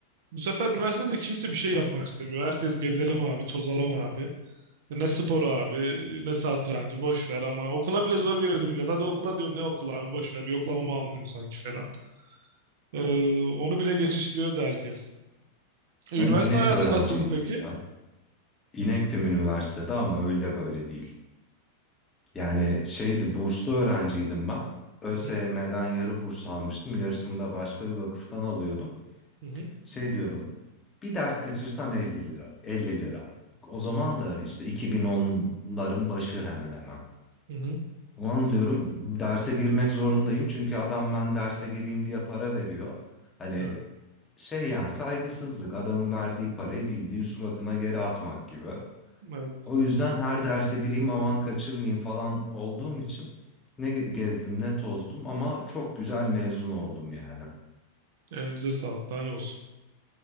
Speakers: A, on the right; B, on the left.
A: bu sefer üniversitede de kimse bir şey yapmak istemiyor. Herkes gezelim abi, tozalım abi. Ne spor abi, ne satrancı, boş ver ama okula bile zor geliyordum bile. Hadi okula diyorum ne okula abi, boş ver. Yoklamamı alınıyor sanki falan. E, onu bile geçiştiriyordu herkes. E,
B: Ben
A: Üniversite
B: inek
A: hayatı
B: öğrenciydim
A: nasıldı peki?
B: ya. İnektim üniversitede ama öyle böyle değil. Yani şeydi burslu öğrenciydim ben. ÖSYM'den
A: Hı hı,
B: yarı burs almıştım. Yarısını da başka bir vakıftan alıyordum.
A: hı hı,
B: Şey diyordum. Bir ders kaçırsam 50 lira. 50 lira. O zaman da işte 2010'ların başı hemen hemen.
A: hı hı.
B: O an diyorum derse girmek zorundayım. Çünkü adam ben derse gireyim diye para veriyor. Hani
A: Evet,
B: şey ya saygısızlık adamın verdiği parayı bildiğin suratına geri atmak gibi.
A: evet.
B: O yüzden her derse gireyim aman kaçırmayayım falan olduğum için ne ge- gezdim ne tozdum ama çok güzel mezun oldum yani.
A: Elinize sağlık. Daha ne olsun.